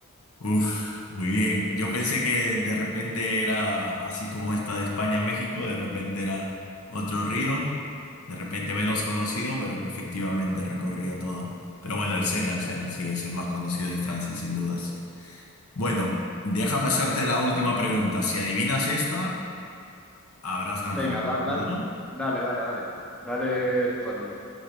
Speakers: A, on the left (about 70°); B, in the centre.
A: Uf, muy bien. Yo pensé que de repente era así como esta de España a México, de repente era otro río, de repente menos conocido, pero que efectivamente recorría todo. Pero bueno, el Sena, el Sena, sí, es el más conocido de Francia, sin dudas. Bueno,
B: Sí,
A: déjame
B: sí,
A: hacerte
B: sí.
A: la última pregunta. Si adivinas esta, habrás ganado,
B: Venga,
A: ¿de
B: da- da-
A: acuerdo?
B: dale, dale, dale. Dale, zapatilla.